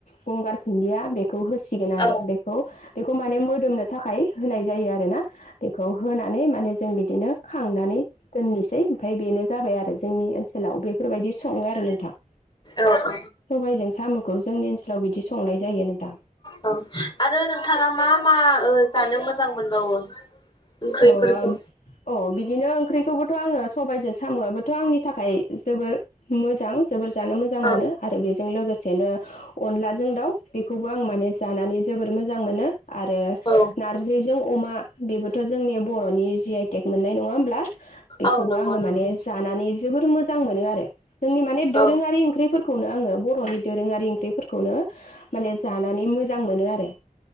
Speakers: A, on the left; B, on the left.
A: गंगार दुन्दिया बेखौ होसिगोन आरो
B: औ
A: बेखौ बेखौ माने मोदोमनो थाखाय होनाय जायो आरोना बेखौ होनानै माने जों बिदिनो खांनानै दोननोसै ओमफ्राय बेनो जाबाय आरो जोंनि ओनसोलाव बेफोरबायदि सङो आरो नोंथां
B: औ औ।
A: सबायजों सामखौ जोंनि ओनसोलाव बिदि संनाय जायोनोंथां।
B: औ आरो नोंथाङा मा मा ओ जानो मोजां मोनबावो? ओंख्रिफोरखौ
A: अ औ अ बि दिनो ओंख्रिखौबोथ आङो सबायजों सामआबोथ आंनि थाखाय जोबोर मोजां जोबोर जानो मोजां
B: औ
A: मोनो आरो बेजों लोगोसे सेनो अनलाजों दाउ बेखौबो आं माने जानानै जोबोर मोजां मोनो। आरो
B: औ
A: नारजिजों अमा बेबोथ जोंनि बर'नि जि आइ टेक मोननाय नङा होमब्ला? बेखौबो
B: औ नंगौ
A: आङो
B: नंगौ
A: माने जानानै जोबोर मोजां मोनो आरो जोंनि माने दोरोङारि
B: औ
A: ओंख्रिफोरखौ खौनो आङो बर'नि दोरोङारि ओंख्रिफोरखौनो माने जानानै मोजां मोनो आरो।